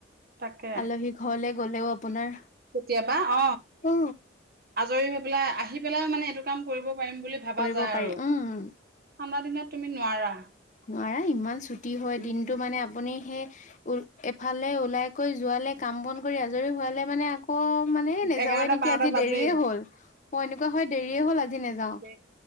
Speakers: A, on the right; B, on the left.
A: তাকে
B: আলহী ঘৰলে গ'লেও আপোনাৰ
A: কেতিয়াবা অ
B: অ
A: আজৰি হৈ পেলাই আহি পেলাই মানে এইটো কাম কৰিব পাৰিম বুলি ভাবা
B: কৰিব
A: যায়
B: পাৰি
A: আৰু ঠাণ্ডা
B: উম
A: দিনত তুমি নোৱাৰা।
B: নোৱাৰা ইমান ছুটি হয়
A: উম
B: দিনটো মানে আপুনি সে উ এফালে ওলাই কৈ যোৱালে কাম বন কৰি আ- আজৰি হোৱালে মানে আকৌ মানে নেযাওঁয়ে
A: এঘাৰটা
B: নেকি
A: বাৰটা
B: আজি
A: বাজেই
B: দেৰিয়ে হ'ল অ এনেকুৱা হয় দেৰিয়ে হ'ল আজি নেযাওঁ।
A: দে